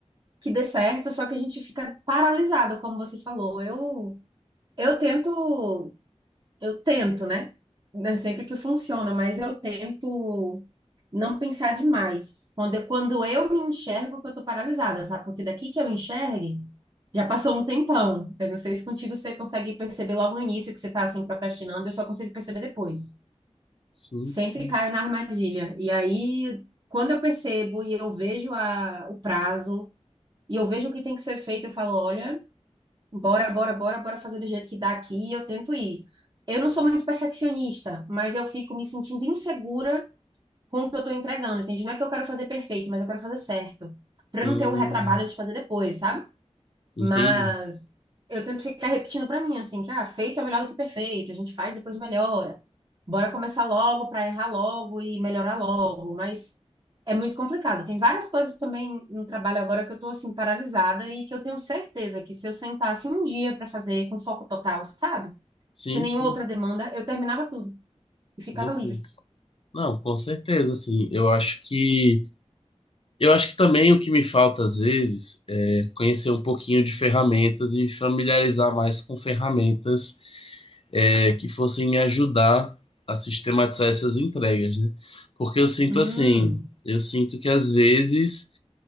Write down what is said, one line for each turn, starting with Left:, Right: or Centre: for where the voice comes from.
Right: que dê certo, só que a gente fica paralisado, como você falou. Eu Eu tento, eu tento, né? Não é sempre que funciona, mas eu tento não pensar demais. Quando eu, quando eu me enxergo que eu tô paralisada, sabe? Porque daqui que eu enxergue, já passou um tempão. Eu não sei se contigo você consegue perceber logo no início que você tá assim procrastinando, eu só consigo perceber depois.
Left: Sim,
Right: Sempre
Left: sim.
Right: caio na armadilha. E aí, quando eu percebo e eu vejo a, o prazo, e eu vejo o que tem que ser feito, eu falo, olha, Bora, bora, bora, bora fazer do jeito que dá aqui e eu tento ir. Eu não sou muito perfeccionista, mas eu fico me sentindo insegura com o que eu tô entregando, entende? Não é que eu quero fazer perfeito, mas eu quero fazer certo, Pra
Left: Hum,
Right: eu não ter o retrabalho de fazer depois, sabe?
Left: entendi.
Right: Mas eu tento ficar repetindo pra mim, assim, que ah, feito é melhor do que perfeito, a gente faz, depois melhora. Bora começar logo pra errar logo e melhorar logo, mas é muito complicado. Tem várias coisas também no trabalho agora que eu tô assim paralisada e que eu tenho certeza que se eu sentasse um dia pra fazer com foco total, sabe?
Left: Sim,
Right: Sem nenhuma
Left: sim.
Right: outra demanda, eu terminava tudo e ficava
Left: Meu Deus.
Right: livre.
Left: Não, com certeza, assim. Eu acho que. Eu acho que também o que me falta às vezes é conhecer um pouquinho de ferramentas e familiarizar mais com ferramentas é, que fossem me ajudar a sistematizar essas entregas, né? Porque eu sinto
Right: Hum,
Left: assim, eu sinto que às vezes